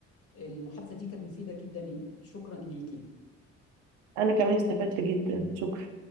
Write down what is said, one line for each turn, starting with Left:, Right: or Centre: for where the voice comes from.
Left: المحادثة دي كانت مفيدة جدا شكرا ليكي
Right: انا كمان استفدت جدا شكرا